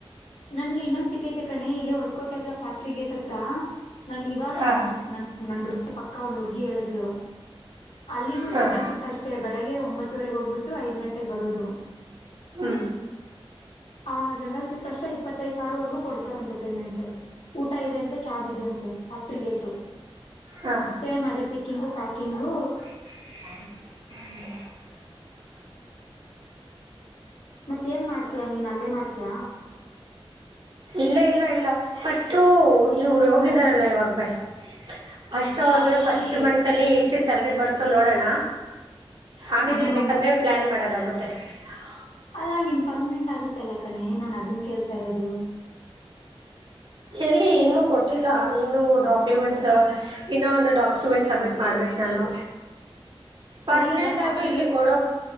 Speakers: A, on the left; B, on the right.
A: ನನ್ಗೆ ಇನ್ನೊಂದ್ ಸಿಿಕೈತಿ ಕಣೆ ಇಲ್ಲೇ ಹೊಸಕೋಟೆ ಹತ್ರ ಫ್ಯಾಕ್ಟ್ರಿ ಗೇಟ್ ಹತ್ರ ನಾನ ಇವಾಗ
B: ಹಾಂ
A: ನನ್ ನ ನನ್ ಪಕ್ಕ ಒಂದು ಹುಡುಗಿ ಳುದಿಲ್ಲ ಅಲ್ಲಿನೂ
B: ಹಾಂ
A: ಜನರಲ್ ಶಿಫ್ಟ್ ಅಷ್ಟೇ ಬೆಳಗ್ಗೆ ಒಂಬತ್ತು ವರೆ ಹೋಗ್ಬಟ್ಟು ಐದುಂಟೆ ಬರೋದು
B: ಹ್ಮ
A: ಆ ಜನರಲ್ ಶಿಫ್ಟ್ ಅಷ್ಟ ಇಪ್ಪತ್ತೈದು ಸಾವಿರ ವರೆಗೂ ಕೊಡ್ತಾರಂತೆ ಪೇಮೆಂಟ್ ಊಟ ಇದೆ ಅಂತೆ ಕ್ಯಾಬ್ ಇದೆ ಅಂತೆ ಫ್ಯಾಕ್ಟ್ರಿ ಗೇಟು
B: ಹಾಂ
A: ಸೇಮ್ ಅದೇ ಪಿಂಗ್ ಪ್ಯಾಕ್ ಹಂಗು
B: ಹ
A: ಮತ್ತೇಏನ್ ಮಾಡ್ತಯ ನೀನ್ ಅಲ್ಲೇ ಮಾಡ್ತಯ
B: ಇಲ್ಲ ಇಲ್ಲ ಇಲ್ಲ ಫಸ್ಟು ಇವರು ಹೋಗಿದಾರಲ್ಲ ಇವಾಗ ಫಸ್ಟ್ ಫಸ್ಟ್ ಅವರ್ಗ
A: ಅವ್ರು ಹೋಗ್ಲಿ
B: ಫಸ್ಟ್ ಮತ್ ಅಲ್ಲಿ ಎಷ್ಟು ಸ್ಯಾಲ್ರಿ ಬರುತ್ತೋ ನೋಡೋಣ ಆಮೇಲೆ
A: ಹಾ
B: ಬೇಕಂದ್ರೆ ಪ್ಲಾನ್ ಮಾಡೋದಾಗುತ್ತೆ ತ್ತ
A: ಅಲ್ಲಾ ನೀನ್ ಪರ್ಮನೆಂಟ್ ಆಗುತ್ತೆ ಎಲ್ಲ ಕಣೆ ನಾನ್ ಅದನ್ ಕೇಳ್ತಾ ಇರೋದು
B: ಎಲ್ಲಿ ಇನ್ನೂ ಕೊಟ್ಟಿಲ್ಲ ಇನ್ನೂ ಡಾಕ್ಯುಮೆಂಟ್ಸ್ ಇನ್ನೂ ಒಂದು ಡಾಕ್ಯುಮೆಂಟ್ ಸಬ್ಮಿಟ್ ಮಾಡಬೇಕು ನಾನು
A: ಸರಿ
B: ಪರ್ಮನೆಂಟ್
A: ಈಗ ಫ್ಯಾಕ್ಟ್ರಿಗೆ
B: ಆದ್ರೂ ಇಲ್ಲಿ ಕೊಡೋ